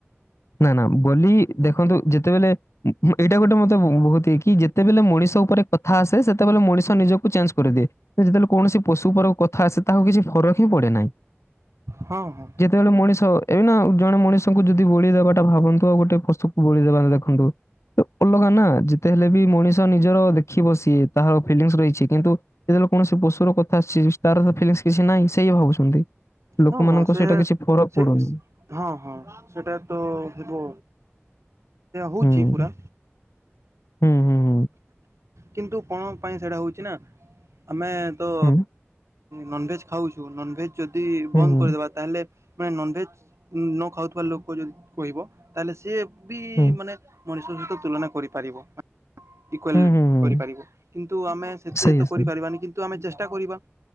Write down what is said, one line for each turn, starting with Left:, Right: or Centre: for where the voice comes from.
Left: ନା ନା, ବୋଲି ଦେଖନ୍ତୁ ଯେତେବେଲେ ଏଇଟା ଗୋଟେ ମତେ ବହୁତଇ କି ଯେତେବେଲେ ମଣିଷ ଉପରେ କଥା ଆସେ ସେତେବେଲେ ମଣିଷ ନିଜକୁ ଚେଞ୍ଜ କରିଦିଏ। ସେ ଯେତେବେଳେ କୌଣସି ପଶୁ ଉପର କଥା ଆସେ ତାହାକୁ କିଛି ଫରକ ହିଁ ପଡେ ନାହିଁ।
Right: ହଁ ହଁ।
Left: ଯେତେବେଳେ ମଣିଷ, ଏବେ ନା ଜଣେ ମଣିଷଙ୍କୁ ଯୁ ଯଦି ବୋଳିଦବାଟା ଭାବନ୍ତୁ ଆଉ ଗୋଟେ ପୁସ୍ତକକୁ ବୁଳିଦ ଦେବା ଦେଖନ୍ତୁ। ଅଲଗା ନା, ଯେତେ ହେଲେ ବି ମଣିଷ ନିଜର ଦେଖି ବସି ତାହାର ଫିଲିଙ୍ଗସ ରହିଛି କିନ୍ତୁ ଯେତେବେଳେ କୌଣସି ପଶୁର କଥା ଆସିଛି ତାର ଫିଲସ କିଛି ନାହିଁ ସେଇ ଭାବୁଛନ୍ତି? ଲୋକମାନଙ୍କ
Right: ହଁ ହଁ ସେ
Left: ସେଇଟା କିଛି ଫରକ
Right: ସେ
Left: ପଡୁନି।
Right: ହଁ ହଁ, ସେଟା ତ ହେବ। ହଉଛି
Left: ହୁଁ,
Right: ପୁରା
Left: ହୁଁ ହୁଁ।
Right: କିନ୍ତୁ କଣ ପାଇଁ ସେଇଟା ହଉଛି ନା, ଆମେ ତ
Left: ହୁଁ,
Right: ନନଭେଜ ଖାଉଛୁ ନନଭେଜ ଯଦି
Left: ହୁଁ,
Right: ବନ୍ଦ
Left: ହୁଁ,
Right: କରିଦବା। ତାହେଲେ ମାନେ ନନଭେଜ ନ ଖାଉଥିବା ଲୋକ ଯଦି କହିବ, ତାହେଲେ ସିଏ ବି
Left: ହୁଁ,
Right: ମାନେ ମଣିଷ ସହିତ ତୁଳନା କରିପାରିବ। ଇକ୍ୱାଲ
Left: ହୁଁ, ହୁଁ, ହୁଁ।
Right: କରିପାରିବ କିନ୍ତୁ ଆମେ ସେତେ
Left: ସେଇଆ
Right: ତ
Left: ସେଇଆ।
Right: କରିପାରିବାନି, କିନ୍ ତ ଆମେ ଚେଷ୍ଟା କରିବା,